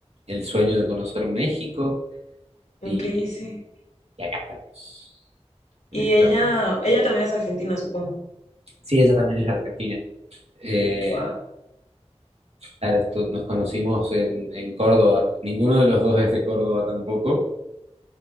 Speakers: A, on the right (about 65°); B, on the left (about 85°).
A: el sueño de conocer México
B: Ok,
A: y,
B: sí.
A: y acá estamos. Acá
B: Y
A: estamos.
B: ella, ella también es argentina, supongo.
A: Sí, ella también es argentina. Eh,
B: Wow.
A: claro, estu- nos conocimos en, en Córdoba. Ninguno de los dos es de Córdoba tampoco,